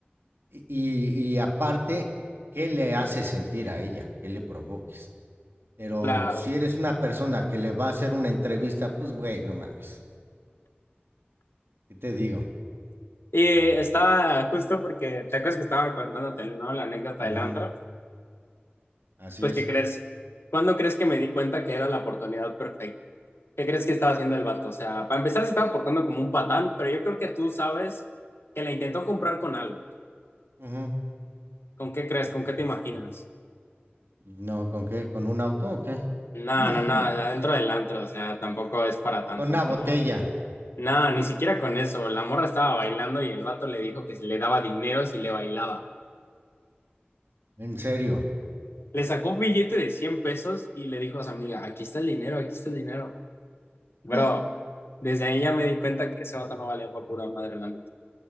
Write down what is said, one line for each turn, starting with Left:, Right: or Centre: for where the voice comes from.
Right: Y, y, y aparte, ¿qué le hace sentir a ella? ¿Qué le provoques? Pero
Left: claro.
Right: si eres una persona que le va a hacer una entrevista, pues güey, no mames. ¿Qué te digo?
Left: Y
Right: Mm.
Left: estaba justo porque, ¿te acuerdas que estaba contándote, ¿no? La anécdota
Right: Ujú,
Left: del antro.
Right: Así
Left: Pues,
Right: es.
Left: ¿qué crees? ¿Cuándo crees que me di cuenta que era la oportunidad perfecta? ¿Qué crees que estaba haciendo el vato? O sea, para empezar se estaba portando como un patán, pero yo creo que tú sabes que la intentó comprar con algo.
Right: Ujú.
Left: ¿Con qué crees? ¿Con qué te imaginas?
Right: ¿No con qué? ¿Con un auto o qué?
Left: No,
Right: <laughs>
Left: no, no, dentro del antro, o sea, tampoco es para tanto,
Right: con una
Left: como...
Right: botella.
Left: No, ni siquiera con eso. La morra estaba bailando y el vato le dijo que si le daba dinero si le bailaba.
Right: En serio.
Left: Le sacó un billete de 100 pesos y le dijo a su amiga, aquí está el dinero, aquí está el dinero. Bro,
Right: <laughs>
Left: desde ahí ya me di cuenta que ese vato no valía por pura madre, la neta.